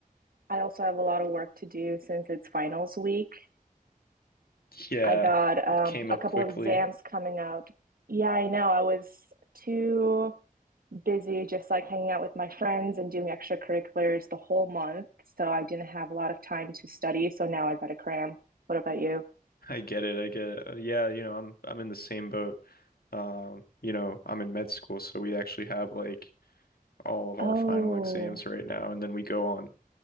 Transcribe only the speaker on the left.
Yeah,
it came
up
quickly.
I get it. I get it. Uh, yeah, you know, I'm I'm in the same boat. Um, you know, I'm in med school, so we actually have like all of
our final exams right now, and then we go on